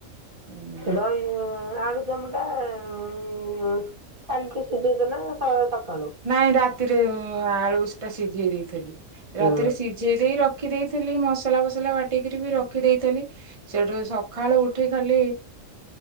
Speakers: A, on the right; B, on the right.
A: ହୁଁ
B: ନହେଲେ ଉ ଆଳୁ ଦମ ଟା ଉ କାଲିକି ସିଝେଇଛ ନା ସକାଳୁ।
A: ନାଇଁ ରାତିରେ ଆଳୁଷ ଟା ସିଝେଇ ଦେଇଥିଲି ରାତିରେ
B: ହୁଁ
A: ସିଝେଇ ଦେଇ ରଖ ରଖି ଦେଇଥିଲି ମସଲା ଫସଲା ବାଟିକରି ବି ରଖିଦେଇଥିଲି। ସେଠୁ ସକାଳୁ ଉଠି ଖାଲି।